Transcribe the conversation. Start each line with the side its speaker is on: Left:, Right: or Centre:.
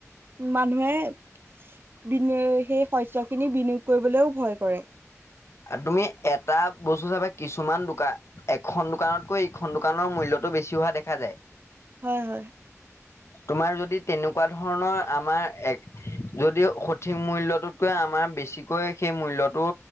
Right: মানুহে বিনি সেই শস্যসিনী বিনিয়োগ কৰিবলৈও ভয় কৰে।
Left: তুমি এটা বস্তু চাবা কিছুমান দোকান এখন দোকানতকৈ এইখন দোকানৰ মূল্যত। টো বেছি হোৱা দেখা যায়।
Right: হয় - হয়।
Left: তোমাৰ যদি তেনেকুৱা ধৰণৰ আমাৰ এক যদি সঠিক মূল্যটোতকৈ আমাৰ বেছিকৈ সেই মূল্যটো